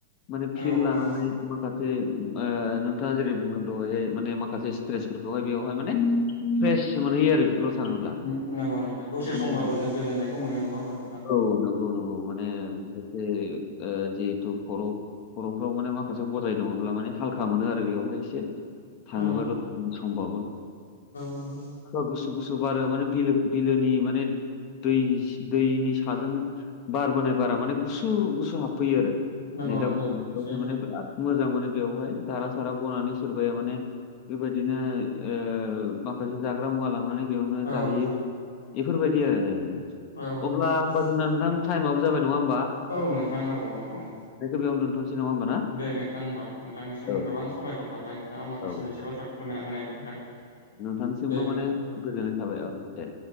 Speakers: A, on the left (about 35°); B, on the left (about 70°).
A: माने फिल्ड
B: औ
A: लानानै
B: औ
A: माखासे ओ नोंथाङा जेरै बुंदों दहायहाय माने माखासे थ्रेस फोरखौहाय बेवहाय माने फ्रेस मोनहैयो आरो बेफोराव थाङोब्ला
B: नो नोंगौ नोंथां दसे
A: माने
B: समब्लाबो जों गोजोन्नायखौ मोनो नङा होमबा नो
A: औ नोंगौ नोंगौ माने <unintelligible> आ जिहितु खर खरफ्राव माने माखासे बजाय दङब्ला माने हालखा मोनो आरो बेवहाय इसे थाङोबा
B: औ
A: <unintelligible> समबाबो
B: नंगौ
A: <unintelligible> गुस गुसु बारो माने बिलो बिलोनि माने देसि दैनि थागोन बारबोनाय बारा माने गुसु गुसु हाबफैयो आरो
B: नंगौ
A: नैदा
B: नोंथां
A: गरम बोथोरावहाय
B: सैथो
A: माने बिराद मोजां माने बेयावहाय धारा सारा बनानै सोरबाया माने बेबायदिनो ओ माखासे जाग्रा मुवा लांनानै बेयावनो
B: औ
A: जाहैयो
B: नोंथां
A: एफोरबायदि आरो
B: औ
A: <unintelligible>
B: नंगौ
A: अब्ला
B: नोंथां
A: जोंना नोंथां टाइमआबो जाबाय नङा होम
B: औ नोंथां औ औ औ
A: बेयावनो दोनथ'नोसै नङा होमबा ना
B: दे नोंथां होमबा नोंथांनिसिम
A: औ
B: गोबां साबायखर थाबाय नोंथाङा माखासे
A: औ
B: मिथियि बाथ्राखौ फोरमायना होनायनि थाखाय
A: नोंथांसिमबो
B: दे नोंथां
A: माने गोजोननाय थाबाय औ दे